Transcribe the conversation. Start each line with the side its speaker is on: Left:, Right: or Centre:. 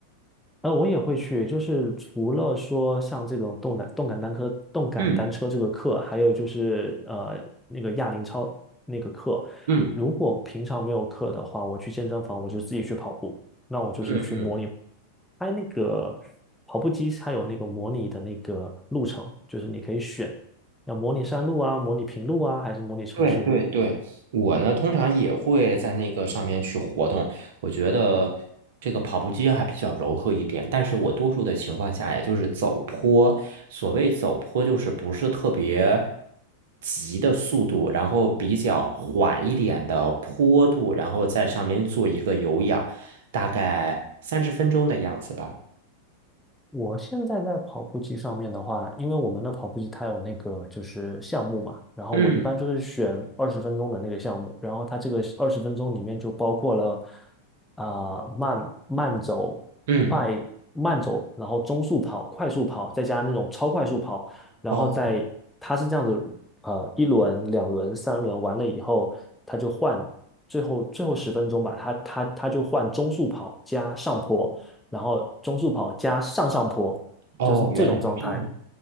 Centre: 呃，我也会去，就是除了说像这种动感动感单车、动感单车这个课，
Right: 嗯
Centre: 还有就是呃那个哑铃操那个课。
Right: 嗯
Centre: 如果平常没有课的话，我去健身房，我就自己去跑步。那我就是去模拟，
Right: 嗯
Centre: 它那个跑步机它有那个模拟的那个路程，就是你可以选要模拟山路啊、模拟平路啊，还是模拟城市路。
Right: 对对对，我呢通常也会在那个上面去活动。我觉得这个跑步机还比较柔和一点，但是我多数的情况下，也就是走坡。所谓走坡，就是不是特别急的速度，然后比较缓一点的坡度，然后在上面做一个有氧，大概三十分钟的样子吧。
Centre: 我现在在跑步机上面的话，因为我们的跑步机它有那个就是项目嘛，然后我一般就是选二十分钟的那个项目，
Right: 嗯
Centre: 然后它这个二十分钟里面就包括了啊、慢慢走、
Right: 嗯，
Centre: 快慢走，然后中速跑、快速跑，再加那种超快速跑，然后再它是这样子，
Right: 哦
Centre: 呃，一轮、两轮、三轮完了以后，它就换最后最后十分钟吧，它它它就换中速跑加上坡。然后中速跑加上上坡，
Right: 哦，
Centre: 就是这种状态。
Right: 原来是这样。